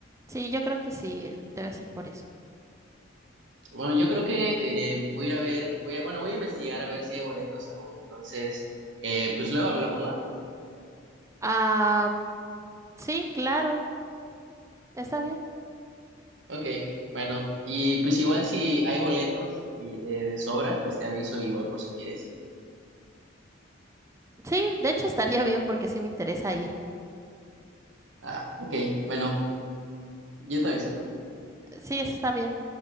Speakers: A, on the right; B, on the right.
A: sí, yo creo que sí, debe ser por eso.
B: Bueno, yo creo que eh, voy a ir a ver, voy a, bueno, voy a investigar a ver si hay boletos aún. Entonces, eh, pues luego hablamos, ¿va?
A: Ah, sí, claro, está bien.
B: Ok, bueno, y pues igual si hay boletos y, eh, de sobra, pues te aviso igual por si quieres ir.
A: Sí, de hecho estaría bien porque sí me interesa ir.
B: Ah, ok, bueno. Yo te aviso.
A: Sí, está bien.